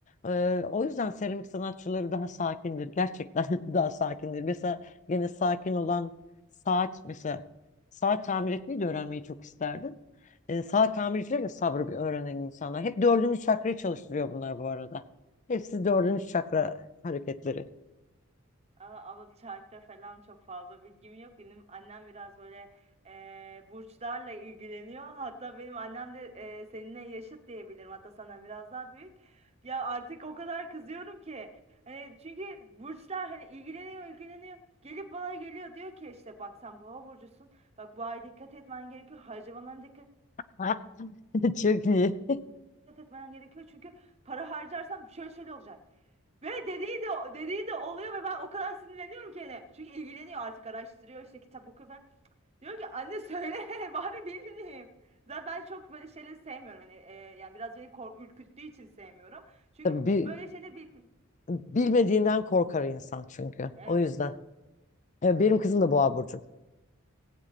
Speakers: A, on the left; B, on the right.
A: Ee, o yüzden seramik sanatçıları daha sakindir. Gerçekten <laughs> daha sakindir. Mesela gene sakin olan saat mesela saat tamir etmeyi de öğrenmeyi çok isterdim. Ee, saat tamircileri de sabrı bir öğrenen insanlar. Hep dördüncü
B: hı.
A: çakrayı çalıştırıyor bunlar bu arada. Hepsi dördüncü çakra hareketleri.
B: Ama, ama çarkta falan çok fazla bilgim yok. Benim annem biraz böyle e, burçlarla ilgileniyor. Hatta benim annem de e, seninle yaşıt diyebilirim. Hatta senden biraz daha büyük. Ya artık o kadar kızıyorum ki. Hani çünkü burçlar hani ilgileniyor ilgileniyor. Gelip bana geliyor diyor ki işte bak sen boğa burcusun. Bak bu ay dikkat etmen gerekiyor. Harcamalarına dikkat
A: Ha, <laughs> Çok iyi.
B: etmen gerekiyor. Çünkü para harcarsan şöyle şöyle olacak. Ve dediği de dediği de oluyor ve ben o kadar sinirleniyorum ki hele. Çünkü ilgileniyor artık araştırıyor işte kitap okuyor falan. Diyorum ki anne söyle <laughs> bari bileyim. Zaten ben çok böyle şeyleri sevmiyorum. Yani, e, yani biraz beni kor- ürküttüğü için sevmiyorum. Çünkü
A: Tabii bir,
B: böyle şeyleri bil...
A: bilmediğinden korkar insan çünkü.
B: Evet.
A: O yüzden. Ee, benim kızım da boğa burcu.